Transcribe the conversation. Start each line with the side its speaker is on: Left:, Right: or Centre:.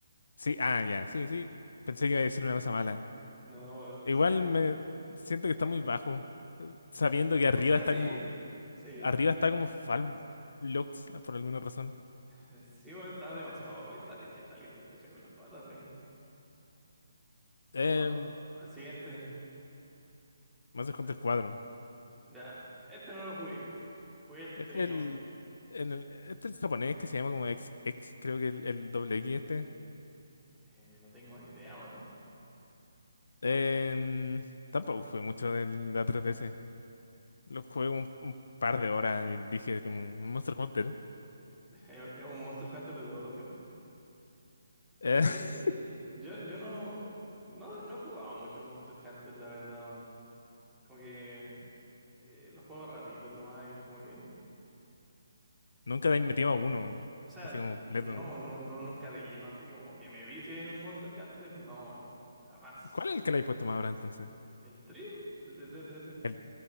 Left: sí, ah, ya, sí, sí. Pensé que iba a decir una cosa mala.
Centre: No, weón,
Left: Igual
Centre: sí.
Left: me siento que está muy bajo. eh, Sabiendo que
Centre: O
Left: arriba
Centre: sea,
Left: está
Centre: sí.
Left: como
Centre: Sí.
Left: Arriba está como Fall Blocks por alguna razón.
Centre: Eh, Sí, bueno, está demasiado abajo. Está, es que está listo, está hecha con las patas, Rin.
Left: Em,
Centre: Ya, va- El siguiente.
Left: más se cuenta
Centre: Eh,
Left: el cuadro.
Centre: Ya, este no lo jugué. Jugué el
Left: Este
Centre: Trino.
Left: es el, en el- este es el japonés que se llama como X, X, creo que el, el doble X este.
Centre: Eh, no tengo ni idea, weón.
Left: Em, tampoco jugué mucho del la 3DS. Lo jugué un, un par de horas y dije como Monster Hunter.
Centre: <laughs> Es es un Monster Hunter de todos los tiempos.
Left: Eh,
Centre: Sí,
Left: <laughs>
Centre: yo, yo no, no, no he jugado mucho Monster Hunter, la verdad. weón. Como que eh, los juego a ratitos nomás, y es como que.
Left: nunca le he metido a uno,
Centre: O sea,
Left: así
Centre: n-
Left: como completo.
Centre: no, no, no, nunca de lleno, así como que me vi en un Monster Hunter, no, weón. jamás.
Left: ¿Cuál es el que le he puesto más ahora entonces?
Centre: El Trip, el de 3DS.
Left: ¿El